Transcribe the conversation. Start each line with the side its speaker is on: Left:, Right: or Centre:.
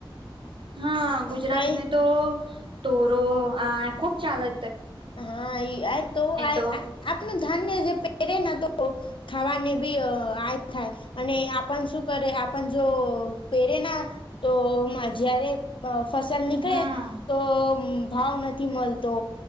Right: હા ગુજરાત
Left: કઈ
Right: મે તો તોરો આ ખુબ ચાલે
Left: હા ઈ આજતો આ
Right: તો
Left: આપનું ધાન્ય જે પેરે ના ખાવાને બી આ થાય અને આપણ શું કરે આપણ જો પે ટેના તો મા જયારે અ ફસલ
Right: હમ
Left: નીકળે
Right: હા
Left: તો ભાવ નથી મલતો